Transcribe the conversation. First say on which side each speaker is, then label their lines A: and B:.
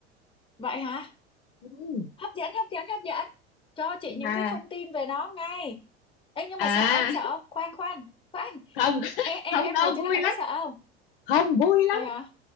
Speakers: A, on the left; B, on the left.
A: Vậy hả?
B: ừ,
A: Hấp dẫn, hấp dẫn, hấp dẫn. Cho chị
B: mà
A: những cái thông tin về nó ngay. Ê, nhưng
B: à
A: mà sợ ông Sợ ông Khoan, khoan, khoan.
B: không <laughs>
A: Em, em,
B: không
A: em
B: đâu
A: ngồi trên
B: vui
A: đó em
B: lắm
A: có sợ không?
B: không vui lắm
A: Vậy hả?